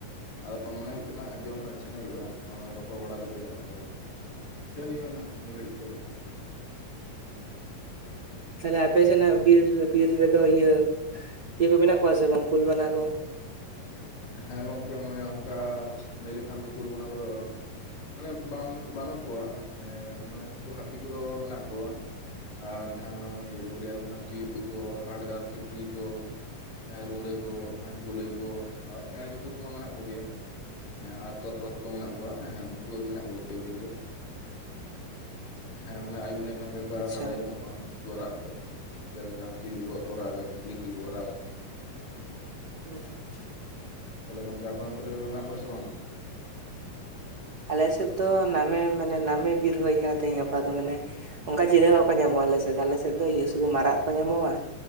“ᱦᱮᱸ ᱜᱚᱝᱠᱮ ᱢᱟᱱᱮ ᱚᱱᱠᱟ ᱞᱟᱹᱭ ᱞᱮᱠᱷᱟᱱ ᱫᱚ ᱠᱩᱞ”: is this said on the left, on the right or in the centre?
Left